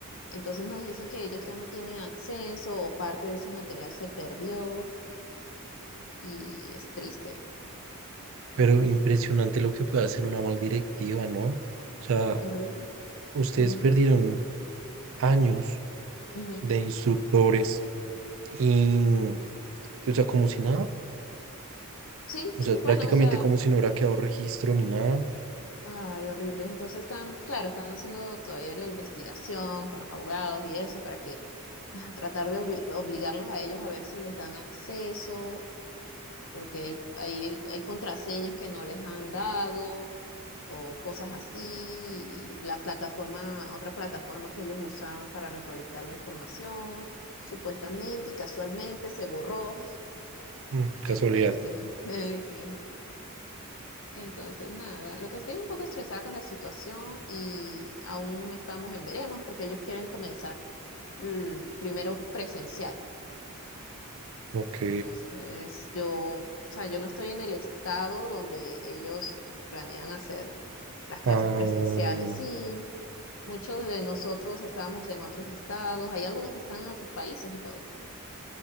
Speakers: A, on the left; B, on the right.
A: entonces nos dicen que ellos ya no tienen acceso o parte de ese material se perdió y es triste,
B: Pero impresionante lo que puede hacer una mal directiva, ¿no? O sea,
A: horrible.
B: ustedes
A: Ujú,
B: perdieron años
A: ujú.
B: de instructores y, y, o sea, como si nada.
A: Sí,
B: O
A: sí,
B: sea, prácticamente
A: bueno, o sea,
B: como si no hubiera quedado registro ni nada.
A: ay, horrible. Entonces están, claro, están haciendo todavía la investigación con los abogados y eso para que ah, tratar de obli- obligarlos a ellos a ver si les dan acceso, porque hay, hay, hay contraseñas que no les han dado o cosas así. y la plataforma, otra plataforma que ellos usaban para recolectar la información, supuestamente y casualmente se borró.
B: Mm, casualidad.
A: Entonces, <laughs> ay, sí. Entonces, nada, lo que estoy un poco estresada con la situación y aún estamos en veremos porque ellos quieren comenzar mm, primero presencial.
B: Ok.
A: Entonces, yo, o sea, yo no estoy en el estado donde ellos planean hacer las clases
B: Ah,
A: presenciales. Sí, muchos de nosotros estábamos en otros estados, hay algunos que están en otros países y todo.